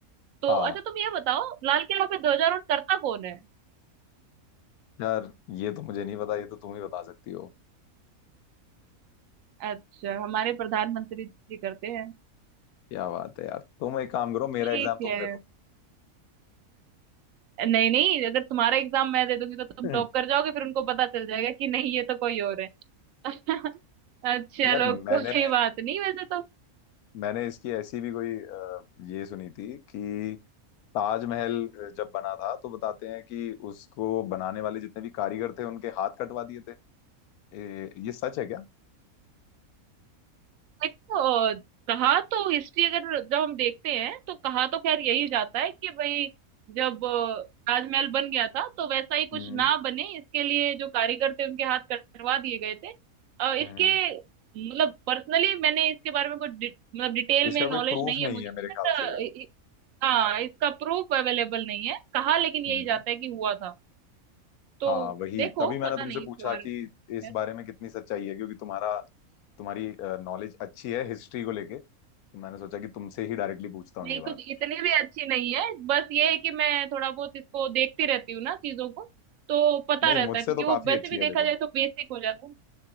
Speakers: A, on the right; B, on the left.
A: तो
B: हाँ
A: अच्छा तुम ये बताओ लाल किला पे ध्वजारोहण करता कौन है
B: यार ये तो मुझे नहीं पता ये तो तुम ही बता सकती हो
A: अच्छा हमारे प्रधानमंत्री जी करते हैं
B: क्या बात है यार तुम एक काम करो मेरा
A: ठीक
B: एग्जाम तुम
A: है
B: दे दो
A: नहीं नहीं अगर तुम्हारा एग्जाम मैं दे दूंगी तो तुम
B: हम्म।
A: टॉप कर जाओगे फिर उनको पता चल जाएगा कि नहीं ये तो कोई और है <laughs> अच्छा, चलो
B: <laughs> यार
A: कोई
B: मैंने
A: बात नहीं वैसे तो
B: मैंने इसकी ऐसी भी कोई अ, ये सुनी थी कि ताजमहल अ, जब बना था तो बताते हैं कि उसको बनाने वाले जितने भी कारीगर थे उनके हाथ कटवा दिए थे ए, ये सच है
A: देखो अ, कहा तो हिस्ट्री अगर जब हम देखते हैं तो कहा तो खैर यही जाता है कि भाई जब अ, ताजमहल बन गया था तो वैसा ही कुछ
B: क्या
A: ना बने इसके लिए जो कारीगर थे उनके हाथ कटवा दिए गए थे अ,
B: हम्म
A: इसके मतलब पर्सनली मैंने इसके बारे में कुछ डि, मतलब डिटेल
B: इसका
A: में नॉलेज
B: कोई प्रूफ
A: नहीं है
B: नहीं
A: मुझे
B: है मेरे
A: बट
B: ख्याल से
A: अ, इ- हाँ इसका प्रूफ अवेलेबल नहीं है कहा लेकिन यही
B: हम्म
A: जाता है कि हुआ था तो
B: हाँ वही
A: देखो
B: तभी मैंने
A: पता
B: तुमसे
A: नहीं
B: पूछा
A: इसके बारे
B: कि इस
A: में
B: बारे में कितनी सच्चाई है क्योंकि तुम्हारा तुम्हारी नॉलेज अच्छी है हिस्ट्री को लेके तो मैंने सोचा कि तुमसे ही डायरेक्टली पूछता हूँ
A: नहीं
B: ये बात
A: कुछ इतनी भी अच्छी नहीं है बस ये है कि मैं थोड़ा बहुत इसको देखती रहती हूँ ना चीजों को तो पता
B: नहीं
A: रहता
B: मुझसे
A: है क्योंकि
B: तो
A: वो
B: काफी
A: वैसे
B: अच्छी
A: भी
B: है
A: देखा
B: देखो
A: जाए तो बेसिक हो जाता है